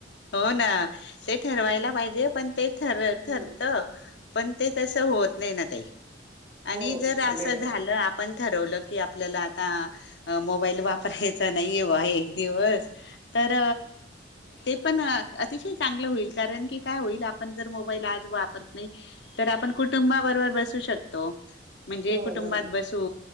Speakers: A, on the left (about 65°); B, on the right (about 45°).
A: हो, ना ते ठरवायला पाहिजे. पण ते ठरत
B: हम्म
A: पण ते तसं होत नाही, ताई.
B: हो
A: आणि जर
B: तसं
A: असं
B: नाही होत
A: झालं, आपण ठरवलं की आपल्याला आता मोबाईल वापरायचा नाही आहे. <unintelligible> एक दिवस, तर ते पण अतिशय चांगल होईल कारण, की काय होईल आपण जर मोबाईल आज वापरत नाही. आपण कुुं बरोबर बसू शकतो. म्हणजे
B: हो
A: कुटुंबात
B: बरोबर
A: बसू